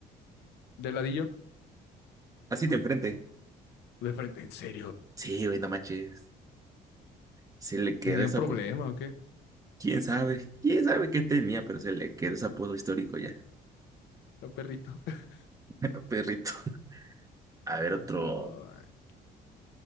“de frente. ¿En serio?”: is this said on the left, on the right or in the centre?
Left